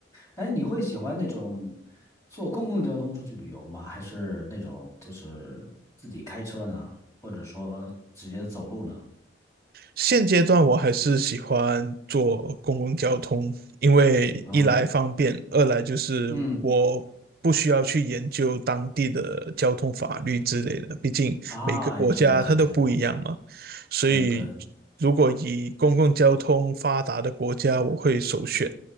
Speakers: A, on the left; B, on the right.
A: 哎，你会喜欢那种坐公共交通出去旅游吗？还是那种就是自己开车呢？或者说直接走路呢？
B: 现阶段我还是喜欢坐公共交通，因为一来方便，
A: 啊，
B: 二来就是我。
A: 嗯，
B: 不需要去研究当地的交通法律之类的，毕竟每个国家它都不一样嘛。
A: 啊，对对对对
B: 所以，
A: 对对，
B: 如果以公共交通发达的国家，我会首选。